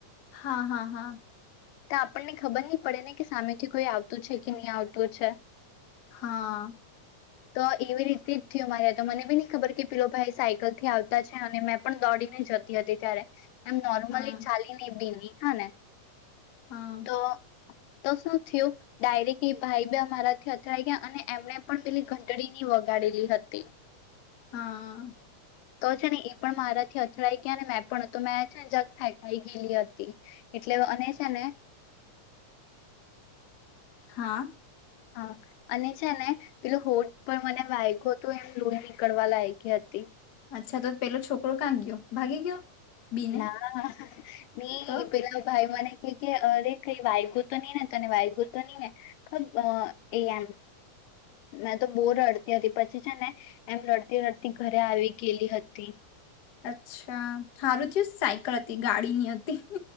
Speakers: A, on the left; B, on the left.
A: હા હા હા.
B: તો આપણને ખબર ની પડે ને કે સામેથી કોઈ આવતું છે કે ની આવતું છે.
A: હા.
B: તો એવી રીતે જ થયો મારી તો મને બી ની ખબર કે પેલો ભાઈ સાયકલ થી આવતા છે અને મેં પણ દોડીને જતી હતી ત્યારે. એમ નોર્મલી
A: હા હા
B: ચાલીને બીલી હા ને.
A: હા.
B: તો તો શું થયું ડાયરેક્ટ એ ભાઈ બી અમારાથી અથડાઈ ગયા અને એમને પણ પેલી ઘંટડી ની વગાડેલી હતી
A: હા.
B: તો છે ને એ પણ મારાથી અથડાઈ ગયા ને મેં પણ તો મેં છે ને જરાક ફેંકાઈ ગયેલી હતી. એટલે અને છે ને
A: હા.
B: હા અને છે ને પેલો હોટ પણ મને વાયગો તો એ ફ્લુ નીકળવા લાયગી હતી.
A: અચ્છા તો પેલો છોકરો કા ગયો ભાગી ગયો. બીને
B: ના ની
A: તો
B: પેલા ભાઈ મને કેય કે અરે કાંઈ વાઈગુ તો નઈ ને તને વાઈગુ તો ની ને ખબ એ એમ મેં તો બો રડતી હતી પછી છે ને એમ રડતી રડતી ઘરે આવી ગયેલી હતી.
A: અચ્છા હારું થયું સાયકલ હતી ગાડી ની હતી.